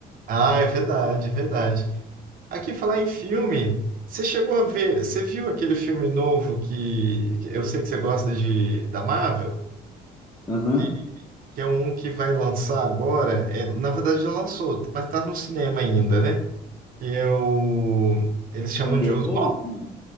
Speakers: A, on the right; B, on the left.
A: Ah, é verdade, é verdade. Aqui falar em filme, você chegou a ver, você viu aquele filme novo que que eu sei que você gosta de da Marvel,
B: Aham.
A: que, que é um que vai lançar agora. É, na verdade já lançou, mas tá no cinema ainda, né? Que é o eles chamam
B: Thunderbolt?
A: de os
B: Não.